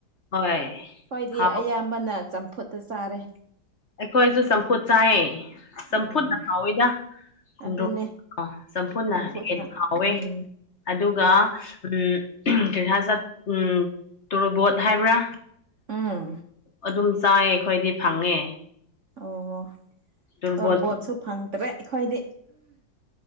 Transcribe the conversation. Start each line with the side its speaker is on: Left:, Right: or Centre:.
Left: ꯍꯣꯏ
Right: ꯈꯣꯏꯗꯤ
Left: ꯍꯥꯎ
Right: ꯑꯌꯥꯝꯕ ꯕꯅ ꯆꯝꯐꯨꯠꯇ ꯆꯥꯔꯦ
Left: ꯑꯩꯈꯣꯏꯁꯨ ꯆꯝꯐꯨꯠ ꯆꯥꯏꯌꯦ ꯆꯝꯐꯨꯅ
Right: ꯎꯝ
Left: ꯍꯥꯎꯋꯦꯗ ꯈꯣꯡ
Right: ꯑꯗꯨꯅꯦ
Left: ꯆꯝꯐꯨꯅ
Right: ꯆꯝꯐꯨꯠꯅ
Left: ꯍꯦꯟꯅ ꯍꯥꯎꯋꯦ
Right: ꯎꯝ
Left: ꯑꯗꯨꯒ ꯎꯝ ꯀꯔꯤ ꯍꯥꯏꯠ ꯎꯝ ꯇꯣꯔꯕꯣꯠ ꯍꯥꯏꯕ꯭ꯔꯥ
Right: ꯎꯝ
Left: ꯑꯗꯨꯝ ꯆꯥꯏ ꯑꯩꯈꯣꯏꯗꯤ ꯐꯪꯉꯦ
Right: ꯑꯣ
Left: ꯇꯨꯔꯕꯣꯠ
Right: ꯇꯣꯔꯕꯣꯠꯁꯨ ꯐꯪꯗ꯭ꯔꯦ ꯑꯩꯈꯣꯏꯗꯤ